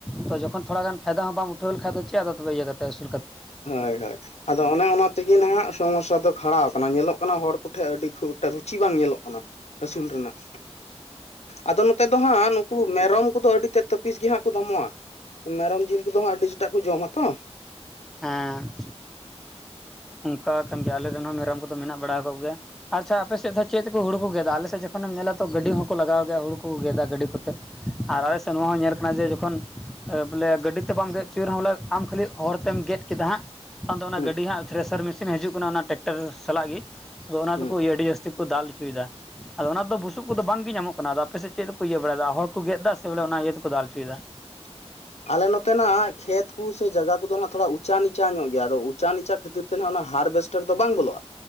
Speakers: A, in the centre; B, on the left.
A: ᱛᱚ ᱡᱚᱠᱷᱚᱱ ᱛᱷᱚᱲᱟ ᱜᱟᱱ ᱯᱷᱟᱭᱫᱟ ᱦᱚᱸ ᱵᱟᱢ ᱩᱴᱷᱟᱹᱣ ᱞᱮᱠᱷᱷᱟᱡ ᱫᱚ ᱪᱮᱫ ᱪᱮ ᱫᱚ ᱛᱚᱵᱮ ᱤᱭᱟᱹ ᱠᱟᱛᱮ ᱟᱥᱩ
B: ᱦᱳᱭ ᱦᱳᱭ ᱟᱫᱚ ᱚᱱᱮ ᱚᱱᱟ ᱛᱮᱜᱮ ᱱᱟᱦᱟᱜ ᱥᱚᱢᱚᱥᱥᱟ ᱫᱚ ᱠᱷᱟᱲᱟᱣ ᱠᱟᱱᱟ ᱧᱮᱞᱚᱜ ᱱᱟ ᱦᱚᱲ ᱠᱚᱴᱷᱮᱱ ᱟᱹᱰᱤ ᱠᱷᱩᱵ ᱮᱠᱴᱟ ᱨᱩᱪᱤ ᱵᱟᱝ ᱧᱮᱞᱚᱜ ᱠᱟᱱᱟ ᱟᱹᱥᱩᱞ ᱨᱮᱱᱟᱜ ᱟᱫᱚ ᱱᱚᱛᱮ ᱫᱚ ᱦᱟᱸᱜ ᱱᱩᱠᱩ ᱢᱮᱨᱚᱢ ᱠᱚᱫᱚ ᱟᱹᱰᱤ ᱛᱮᱫ ᱡᱚ ᱯᱤᱥ ᱜᱮ ᱦᱟᱸᱜ ᱠᱚ ᱫᱟᱢᱚᱜᱼᱟ ᱢᱮᱨᱚᱢ ᱡᱤᱞ ᱠᱚᱫᱚ ᱦᱟᱸᱜ ᱟᱹᱰᱤ ᱴᱟᱜ ᱠᱚ ᱡᱚᱢᱟ ᱛᱚ
A: ᱦᱮᱸ ᱚᱱᱠᱟ ᱠᱟᱱ ᱜᱮᱭᱟ ᱟᱞᱮ ᱨᱮᱱ ᱦᱚᱸ ᱢᱮᱨᱚᱢ ᱠᱚᱫᱚ ᱢᱮᱱᱟᱜ ᱵᱟᱲᱟ ᱠᱚᱜ ᱜᱮᱭᱟ ᱟᱪᱪᱷᱟ ᱟᱯᱮ ᱥᱮᱫ ᱫᱚ ᱪᱮᱫ ᱛᱮᱠᱚ ᱦᱩᱲᱩ ᱠᱚ ᱜᱮᱫᱟ ᱟᱞᱮ ᱥᱮᱫ ᱡᱚᱠᱷᱚᱱ ᱛᱚᱠᱷᱚᱱᱮᱢ ᱧᱮᱞᱟ ᱛᱚ ᱜᱟᱹᱰᱤ ᱦᱚᱸᱠᱚ ᱞᱟᱜᱟᱣ ᱜᱮᱭᱟ ᱦᱩᱲᱩ ᱠᱚ ᱜᱮᱫᱟ ᱜᱟᱹᱰᱤ ᱠᱚᱛᱮ ᱟᱨ ᱟᱞᱮ ᱥᱮᱱ ᱱᱚᱣᱟ ᱦᱚᱸ ᱧᱮᱞ ᱠᱟᱱᱟ ᱡᱮ ᱛᱚᱠᱷᱚᱱ ᱵᱚᱞᱮ ᱜᱟᱹᱰᱤ ᱛᱮ ᱵᱟᱢ ᱜᱮᱫ ᱦᱚᱪᱚᱭ ᱨᱮᱦᱚᱸ ᱵᱚᱞᱮ ᱟᱢ ᱠᱷᱟᱹᱞᱤ ᱦᱚᱲᱛᱮᱢ ᱜᱮᱫ ᱠᱮᱫᱟ ᱦᱟᱸᱜ ᱠᱷᱟᱱ ᱫᱚ ᱚᱱᱟ
B: ᱦᱩᱸ
A: ᱜᱟᱹᱰᱤ ᱦᱟᱸᱜ ᱛᱨᱮᱥᱟᱨ ᱢᱮᱥᱤᱱ ᱦᱤᱡᱩᱜ ᱠᱟᱱᱟ ᱚᱱᱟ ᱴᱮᱠᱴᱟᱨ ᱥᱟᱞᱟᱜ ᱜᱮ ᱟᱫᱚ ᱚᱱᱟ
B: ᱦᱩᱸ
A: ᱛᱮᱠᱚ ᱟᱹᱰᱤ ᱡᱟᱹᱥᱛᱤ ᱠᱚ ᱫᱟᱞ ᱚᱪᱚᱭᱮᱫᱟ ᱟᱫᱚ ᱚᱱᱟ ᱫᱚ ᱵᱩᱥᱩᱵ ᱠᱚᱫᱚ ᱵᱟᱝ ᱜᱮ ᱧᱟᱢᱚᱜ ᱠᱟᱱᱟ ᱟᱯᱮᱥᱮᱫ ᱪᱮᱫ ᱫᱚᱠᱚ ᱤᱭᱟᱹ ᱵᱟᱲᱟᱭᱮᱫᱟ ᱦᱚᱲ ᱠᱚ ᱜᱮᱫ ᱮᱫᱟ ᱥᱮ ᱵᱚᱞᱮ ᱚᱱᱟ ᱤᱭᱟᱹ ᱛᱮᱠᱚ ᱫᱟᱞ ᱦᱚᱪᱚᱭᱮᱫᱟ
B: ᱻ ᱟᱞᱮ ᱱᱚᱛᱮᱱᱟᱜ ᱠᱷᱮᱛ ᱠᱚ ᱥᱮ ᱡᱟᱭᱜᱟ ᱠᱚᱫᱚ ᱱᱟᱜ ᱛᱷᱚᱲᱟ ᱩᱪᱟ ᱱᱤᱪᱟ ᱧᱚᱜ ᱜᱮᱭᱟ ᱟᱫᱚ ᱩᱪᱟ ᱱᱤᱪᱟ ᱠᱷᱟᱹᱛᱤᱨ ᱛᱮᱱᱟᱜ ᱚᱱᱟ ᱦᱟᱨᱵᱮᱥᱴᱟᱨ ᱫᱚ ᱵᱟᱝ ᱵᱚᱞᱚᱜᱼᱟ